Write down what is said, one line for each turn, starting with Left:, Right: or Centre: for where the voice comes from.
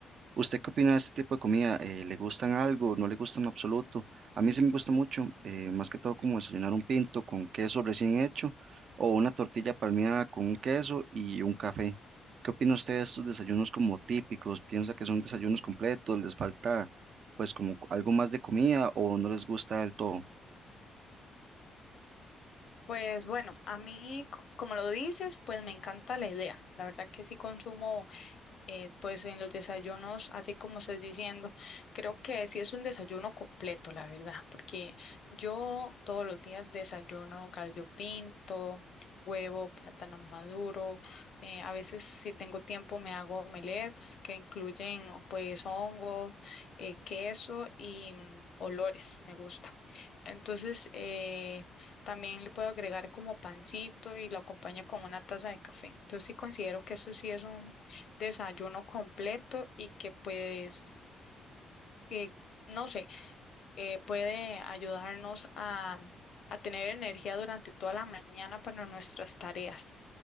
Right: ¿Usted qué opina de este tipo de comida? Eh, ¿le gustan algo? ¿No le gustan en absoluto? A mí sí me gusta mucho, eh, más que todo como desayunar un pinto con queso recién hecho o una tortilla palmeada con un queso y un café. ¿Qué opina usted de estos desayunos como típicos? ¿Piensa que son desayunos completos? ¿Les falta pues como algo más de comida o no les gusta del todo?
Left: Pues bueno, a mí, co- como lo dices, pues me encanta la idea. La verdad que sí consumo eh, pues en los desayunos, así como estás diciendo, creo que sí es un desayuno completo, la verdad, porque yo todos los días desayuno gallo pinto, huevo, plátano maduro, eh, a veces si tengo tiempo me hago omelets que incluyen pues hongos, eh, queso y mm, olores, me gusta. Entonces, eh, también le puedo agregar como pancito y lo acompaño con una taza de café. Entonces, sí considero que eso sí es un desayuno completo y que pues, eh, no sé, eh, puede ayudarnos a, a tener energía durante toda la mañana para nuestras tareas.